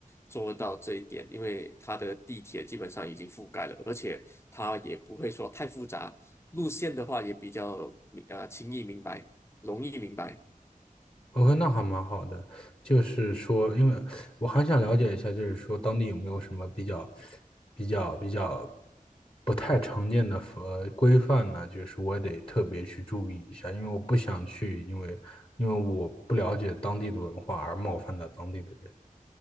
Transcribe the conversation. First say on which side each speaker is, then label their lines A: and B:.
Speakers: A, on the left; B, on the left.
A: 做到这一点，因为它的地铁基本上已经覆盖了，而且它也不会说太复杂，路线的话也比较明啊呃轻易明白，容易明白。
B: OK，那还蛮好的。就是说，因为我还想了解一下，就是说当地有没有什么比较、比较、比较不太常见的呃规范呢？就是我得特别去注意一下，因为我不想去，因为因为我不了解当地的文化而冒犯到当地的人